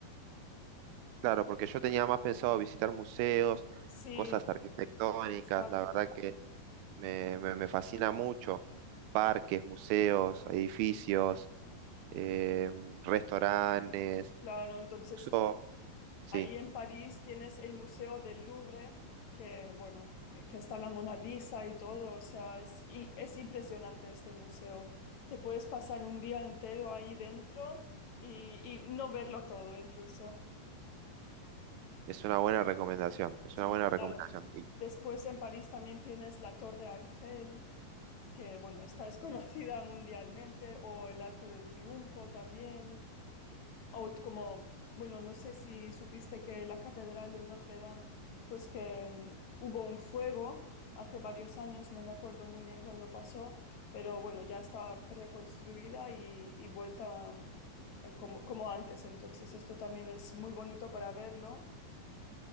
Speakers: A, on the right (about 80°); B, on the left (about 55°).
A: Claro, porque yo tenía más pensado visitar museos,
B: Sí,
A: cosas arquitectónicas,
B: exacto.
A: la verdad que me, me- me fascina mucho, parques, museos, edificios, eh, restaurantes,
B: Claro, entonces
A: eso sí,
B: Ahí en París tienes el Museo del Louvre, que bueno, que está la Mona Lisa y todo, o sea, es, i- es impresionante este museo. Te puedes pasar un día entero ahí dentro y, y no verlo todo incluso.
A: es una buena recomendación, es
B: Sí,
A: una buena recomendación.
B: claro.
A: Y,
B: Después en París también tienes la Torre Eiffel, que bueno, esta es <laughs> conocida mundialmente, o el Arco de Triunfo también. O como, bueno, no sé si supiste que la Catedral de Notre Dame, pues que mm, hubo un fuego hace varios años, no me acuerdo muy bien cuándo pasó, pero bueno, ya está reconstruida y, y vuelta mm, eh, como, como antes, entonces esto también es muy bonito para verlo.